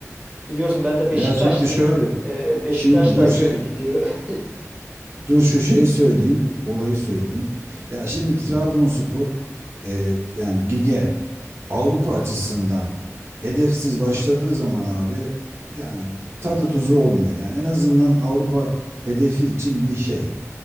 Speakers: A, on the right; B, on the right.
A: Biliyorsun ben de Beşiktaşlıyım.
B: Ya şimdi şöyle.
A: Eee Beşiktaş
B: Şimdi dur
A: da
B: şey
A: kötü gidiyor. <laughs>
B: dur şu şeyi söyleyeyim. Olayı söyleyeyim. Ya şimdi Trabzonspor e, yani lige Avrupa açısından hedefsiz başladığı zaman abi yani tadı tuzu olmuyor. Yani en azından Avrupa hedefi için bir şey.